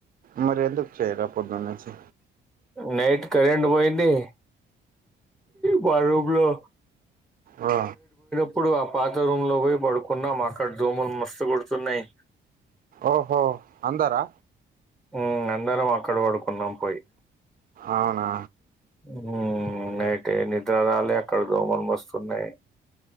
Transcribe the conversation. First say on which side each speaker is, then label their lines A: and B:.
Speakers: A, on the right; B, in the centre.
A: మరి ఎందుకు చేయాలా పొదునుంచి.
B: నైట్ కరెంటు పోయిద్ది మా రూమ్ లో
A: ఆ
B: ఇప్పుడు ఆ పాత రూమ్ లో పోయి పడుకున్నాం అక్కడ దోమలు మస్తు కుడుతున్నాయి.
A: ఓహో అందరా
B: ఉమ్ అందరం అక్కడ పడుకున్నాం పోయి
A: అవునా
B: ఉమ్ నైట్ ఏ నిద్ర రాలె అక్కడ దోమలు మస్తున్నాయి.